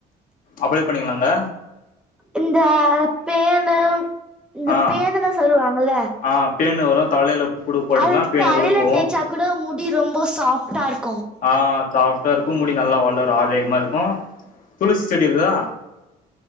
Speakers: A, on the left (about 55°); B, in the centre.
A: அப்ளே பண்ணிக்லாங்க
B: இந்த பேனு இந்த
A: ஆ
B: பேனுன்னு சொல்லுவாங்கல்ல
A: ஆ பேனு வரு தலையில புடு போட்டுக்லா
B: அது
A: பேனுகிளு
B: தலையில
A: போவு
B: தேய்ச்சா கூட முடி ரொம்ப சாஃப்ட்டா இருக்
A: ஆ சஃப்ட்டா இருக்கு முடி நல்லா வளரு ஆரோகிமா இருக்கு துளசி செடி இருக்தா